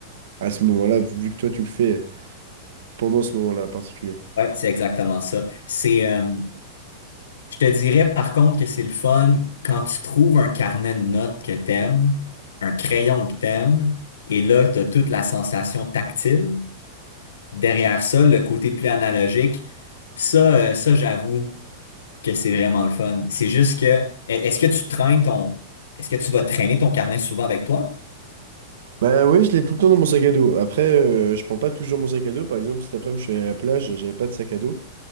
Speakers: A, on the right (about 70°); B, on the left (about 75°).
A: à ce moment-là, vu que toi tu le fais pendant ce moment-là particulier.
B: Ouais, c'est exactement ça. C'est, euh, je te dirais par contre que c'est le fun quand tu trouves un carnet de notes que t'aimes, un crayon que t'aimes, et là, t'as toute la sensation tactile. Derrière ça, le côté plus analogique, ça, euh, ça, j'avoue que c'est vraiment le fun. C'est juste que, e- est-ce que tu traînes ton, est-ce que tu vas traîner ton carnet souvent avec toi?
A: Bah ouais, je l'ai tout le temps dans mon sac à dos. Après, euh, je prends pas toujours mon sac à dos. Par exemple, cet après-midi, je suis allé à la plage, j'avais pas de sac à dos.